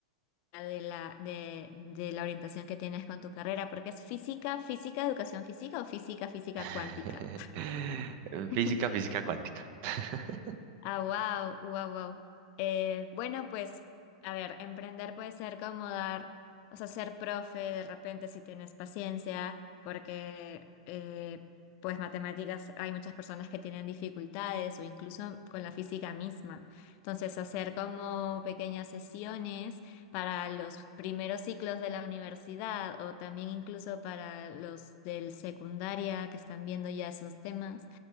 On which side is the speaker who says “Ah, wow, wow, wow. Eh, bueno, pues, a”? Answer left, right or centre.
Left